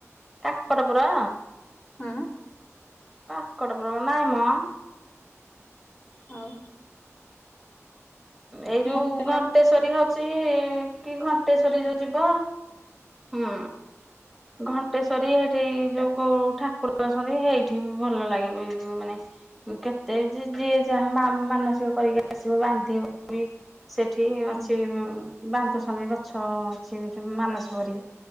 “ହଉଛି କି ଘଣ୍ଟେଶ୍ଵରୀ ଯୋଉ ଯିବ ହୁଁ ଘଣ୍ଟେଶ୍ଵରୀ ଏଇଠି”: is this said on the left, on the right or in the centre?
Centre